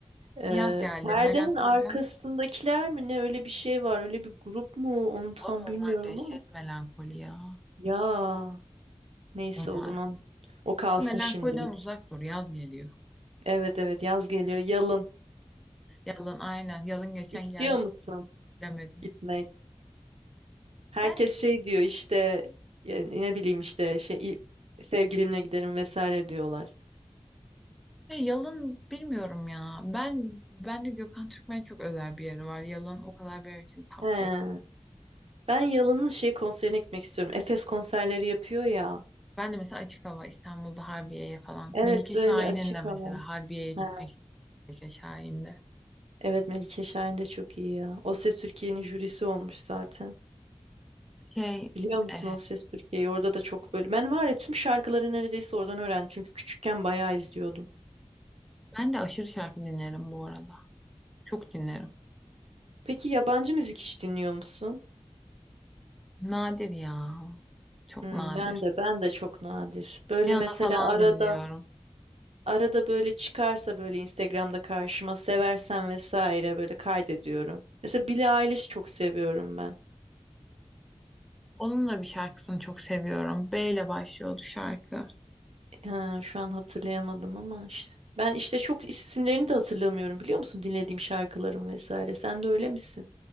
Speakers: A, on the right (about 75°); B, in the centre.
A: Ee,
B: Yaz geldi
A: perdenin
B: melankoliden.
A: arkasındakiler mi ne öyle bir şey var öyle bir grup mu onu tam
B: Ama
A: bilmiyorum
B: onlar dehşet
A: ama
B: melankoli ya
A: ya neyse
B: onlar.
A: o zaman o kalsın
B: Melankoliden
A: şimdilik.
B: uzak dur yaz geliyor.
A: Evet evet yaz geliyor yalın.
B: Yalın aynen yalın geçen
A: İstiyor
B: geldi
A: musun
B: demedim.
A: gitmek? Herkes
B: Yani.
A: şey diyor işte yani ne bileyim işte şey il- sevgilimle giderim vesaire diyorlar.
B: Ya Yalın bilmiyorum ya. Ben ben de Gökhan Türkmen'e çok özel bir yeri var. Yalın o kadar benim için top
A: He.
B: değil.
A: Ben Yalın'ın şey konserine gitmek istiyorum. Efes konserleri yapıyor ya.
B: Ben de mesela açık hava İstanbul'da Harbiye'ye falan.
A: Evet
B: Melike
A: böyle
B: Şahin'in
A: açık
B: de mesela
A: alan.
B: Harbiye'ye gitmek
A: He.
B: istiyorum. Melike Şahin'de.
A: Evet Melike Şahin de çok iyi ya. O Ses Türkiye'nin jürisi olmuş zaten.
B: Şey
A: Biliyor musun
B: e,
A: O Ses Türkiye'yi? Orada da çok böyle. Ben var ya tüm şarkıları neredeyse oradan öğrendim. Çünkü küçükken bayağı izliyordum.
B: ben de aşırı şarkı dinlerim bu arada. Çok dinlerim.
A: Peki yabancı müzik hiç dinliyor musun?
B: Nadir ya. Çok
A: Hmm,
B: nadir.
A: ben de ben de çok nadir. Böyle
B: Rihanna
A: mesela
B: falan
A: arada
B: dinliyorum.
A: arada böyle çıkarsa böyle Instagram'da karşıma seversen vesaire böyle kaydediyorum. Mesela Billie Eilish çok seviyorum ben.
B: Onun da bir şarkısını çok seviyorum. B ile başlıyordu şarkı.
A: Ha, şu an hatırlayamadım ama işte. Ben işte çok isimlerini de hatırlamıyorum biliyor musun? Dinlediğim şarkıların vesaire. Sen de öyle misin?